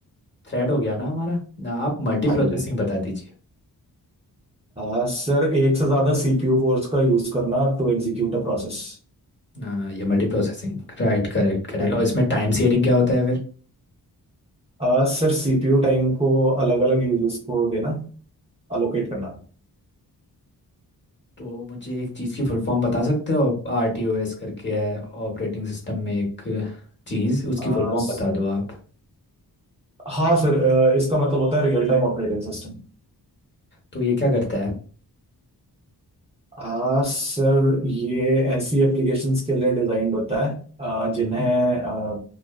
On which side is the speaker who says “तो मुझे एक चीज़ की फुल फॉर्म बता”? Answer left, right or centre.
Left